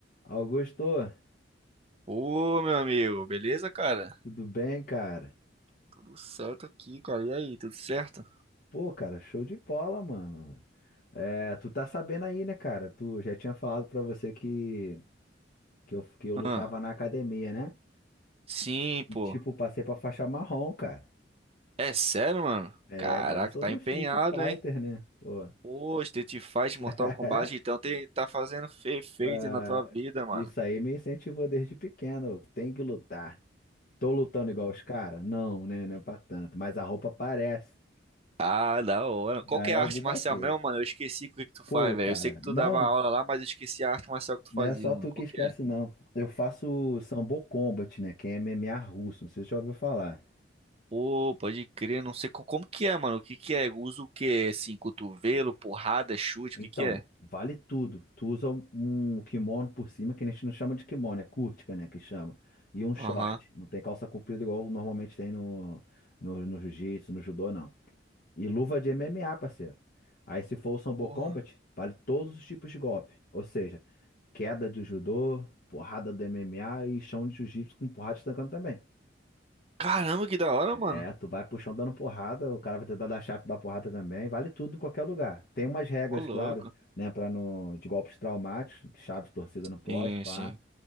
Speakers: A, on the left; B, on the right.
A: Augusto,
B: Ô, meu amigo, beleza, cara?
A: tudo bem, cara?
B: Tudo certo aqui, cara. E aí, tudo certo?
A: Pô, cara, show de bola, mano. É, tu tá sabendo aí, né, cara? Tu já tinha falado pra você que, que, eu, que eu lutava
B: Ah,
A: na academia, né?
B: sim,
A: E,
B: pô.
A: tipo, passei pra faixa marrom, cara.
B: É sério, mano?
A: É,
B: Caraca,
A: graças
B: tá
A: ao
B: empenhado,
A: Street Fighter,
B: hein?
A: né? Pô.
B: Pô, Street Fighter,
A: <laughs>
B: Mortal Kombat, então tem, tá fazendo fe- feito
A: Ah,
B: na tua vida, mano.
A: isso aí me incentivou desde pequeno. Tem que lutar. Tô lutando igual os caras? Não, né? Não é pra tanto. Mas a roupa parece.
B: Ah, da hora.
A: Já
B: Qual que
A: é
B: é a
A: alguma
B: arte marcial
A: coisa.
B: mesmo, mano? Eu esqueci o que que tu faz,
A: Pô,
B: velho.
A: cara,
B: Eu sei que tu
A: não.
B: dava aula lá, mas eu esqueci a arte marcial que tu
A: Não
B: fazia,
A: é só
B: mano.
A: tu
B: Qual
A: que esquece,
B: que é?
A: não. Eu faço Sambo Combat, né? Que é MMA russo, não sei se você já ouviu falar.
B: Pô, pode crer, não sei co- como, que é, mano. O que que é? Usa o quê? Assim, cotovelo, porrada, chute,
A: Então,
B: o que que é?
A: vale tudo. Tu usa um, um kimono por cima, que a gente não chama de kimono, é curtica, né? Que chama. E um short.
B: Aham.
A: Não tem calça comprida igual normalmente tem no, no, no jiu-jitsu, no judô, não. E luva de MMA, parceiro. Aí, se for o Sambo
B: Porra.
A: Combat, vale todos os tipos de golpe. Ou seja, queda de judô, porrada do MMA e chão de jiu-jitsu com porrada estancando também.
B: Caramba, que da hora, mano.
A: É, tu vai pro chão dando porrada, o cara vai tentar dar chave, tu dá porrada também, vale tudo em qualquer lugar. Tem umas regras,
B: Ô, louco.
A: claro, né, pra não, de golpes traumáticos, chave torcida não pode,
B: Sim,
A: pá.
B: sim.